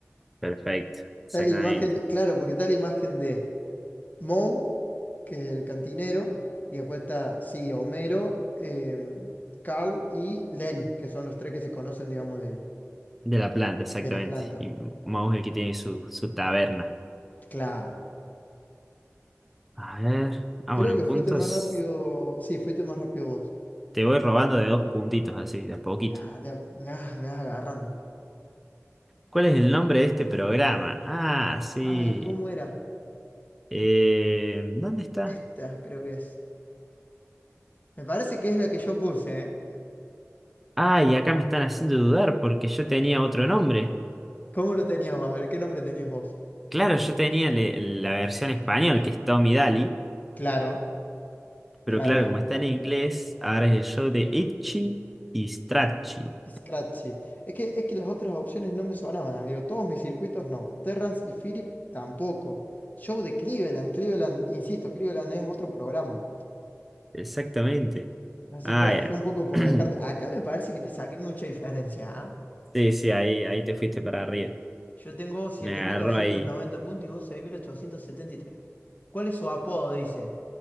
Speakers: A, in the centre; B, on the left (about 35°).
A: Perfecto, exactamente.
B: Tal imagen, claro, porque tal imagen de Moe, que es el cantinero, y después está, sí, Homero, em, Carl y Lenny, que son los tres que se conocen, digamos, de,
A: De la planta, exactamente.
B: de la planta.
A: Y Mouse el que tiene su, su taberna.
B: Claro.
A: A ver. Ah,
B: Creo
A: bueno,
B: que
A: en puntos.
B: fuiste más rápido, sí, fuiste más rápido vos.
A: Te voy robando de dos puntitos así, de a poquito.
B: Ah, de- me vas, me vas agarrando.
A: ¿Cuál es el nombre de este programa? Ah, sí.
B: Ay, ¿cómo era?
A: Eh, ¿dónde está?
B: Esta creo que es. Me parece que es la que yo puse, ¿eh?
A: Ah, y acá me están haciendo dudar porque yo tenía otro nombre.
B: ¿Cómo lo tenías vos? A ver, ¿qué nombre tenías vos?
A: Claro, yo tenía le- la versión español, que es Tommy Daly.
B: Claro,
A: Pero
B: claro,
A: claro,
B: ya
A: como
B: es verdad.
A: está en inglés, ahora es el show de Itchy y Stracci.
B: Scratchy, Es que, es que las otras opciones no me sonaban, amigo. Todos mis circuitos no. Terrance y Philip tampoco. Show de Cleveland. Cleveland, insisto, Cleveland es otro programa.
A: Exactamente.
B: Así
A: Ah,
B: que bueno,
A: ya.
B: fue un poco por
A: <clears throat>
B: descarte. Acá me parece que te saqué mucha diferencia, ¿ah?
A: Sí, sí, ahí, ahí te fuiste para arriba.
B: Yo tengo siete
A: Me agarró
B: mil doscientos
A: ahí.
B: noventa puntos y vos 6.873. ¿Cuál es su apodo? Dice.